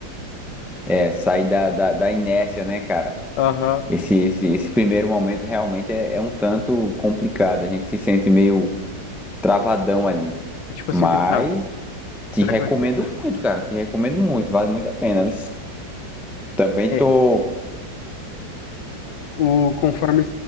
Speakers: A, in the centre; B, on the left.
A: É, sair da, da, da inércia, né, cara?
B: Aham.
A: Esse, esse, esse primeiro momento realmente é, é um tanto complicado. A gente se sente meio travadão ali.
B: É tipo assim,
A: Mas
B: pensar,
A: te
B: será
A: recomendo
B: que vai ficar.
A: muito, cara. Te recomendo muito. Vale muito a pena. Também
B: É,
A: tô.
B: o, conforme